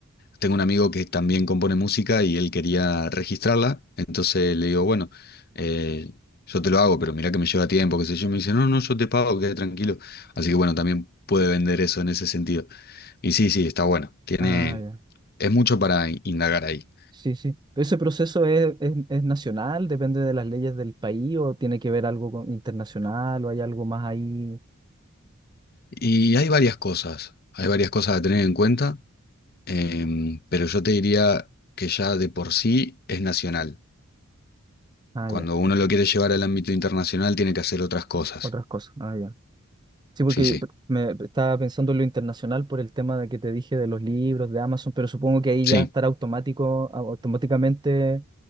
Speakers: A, on the left; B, on the right.
A: Tengo un amigo que también compone música y él quería registrarla, entonces le digo, bueno, eh, yo te lo hago, pero mirá que me lleva tiempo, qué sé yo, me dice, no, no, yo te pago, quédate tranquilo. Así que bueno, también puede vender eso en ese sentido. Y sí, sí, está bueno. Tiene,
B: Ah, ya.
A: es mucho para in- indagar ahí.
B: Sí, sí. Pero ¿Ese proceso es, es, es nacional? ¿Depende de las leyes del país o tiene que ver algo con- internacional o hay algo más ahí?
A: Y hay varias cosas, hay varias cosas a tener en cuenta, em, pero yo te diría que ya de por sí es nacional.
B: Ah,
A: Cuando
B: ya.
A: uno lo quiere llevar al ámbito internacional, tiene que hacer otras cosas.
B: Otras cosas. Ah, ya. Sí, porque
A: Sí, sí,
B: p- me estaba pensando en lo internacional por el tema de que te dije de los libros, de Amazon, pero supongo que ahí
A: sí.
B: ya estará automático, au- automáticamente